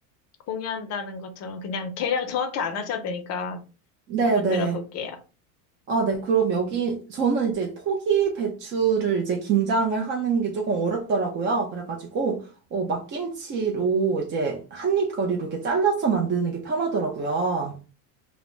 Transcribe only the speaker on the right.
네네.
아, 네. 그럼 여기 저는 이제 포기 배추를 이제 김장을 하는 게 조금 어렵더라고요. 그래가지고 어, 막김치로 이제 한입 거리로 이렇게 잘라서 만드는 게 편하더라고요.